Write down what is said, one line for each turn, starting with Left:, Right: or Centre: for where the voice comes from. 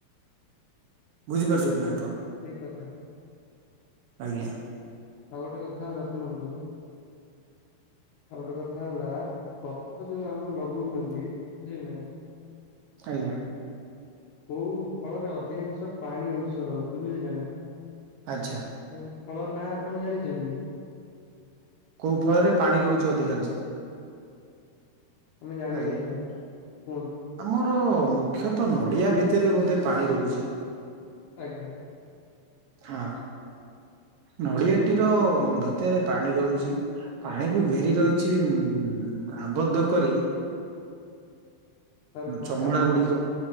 Right: ବୁଝିପାରୁଚ ନା? ଆପଣ?
Left: ଠିକ କଥା।
Right: ଆଜ୍ଞା।
Left: ଆଉ ଗୋଟେ କଥା ହେଲା ଶୁଣନ୍ତୁ ଆଉ ଗୋଟେ କଥା ହେଲା ଗଛ ଯୋଉ ଆମେ ଲଗ <unintelligible> ବୁଝିଲ ନାଇ
Right: ଆଜ୍ଞା।
Left: କୋଉ ଫଳରେ ଅଧିକାଂଶ ପାଣି ଅଂଶ ରହୁଛି ବୁଝିଲେ ନା
Right: ଆଚ୍ଛା।
Left: ଏମିତି ଫଳର ନାଁ ଆପଣ ଜାଣିଛନ୍ତି କି?
Right: କୋଉ ଫଳରେ ପାଣି ରହୁଛି ଅଧିକାଂଶ?
Left: ମୁଁ ଜାଣିବାକୁ
Right: ଆଜ୍ଞା।
Left: ଚାହୁଁଚି କୁହନ୍ତୁ।
Right: ଆମର ମୁଖ୍ୟତଃ ନଡିଆ ଭିତରେ ବୋଧେ ପାଣି ରହୁଛି।
Left: ଆଜ୍ଞା।
Right: ହଁ ନଡ଼ିଆଟି ର ଭିତରେ ପାଣି ରହୁଛି ପାଣିକୁ ଘେରି ରହିଛି ଉ ଆବଦ୍ଧ କରି
Left: ତାର କଥା
Right: ଚମଡା ଗୁଡିକ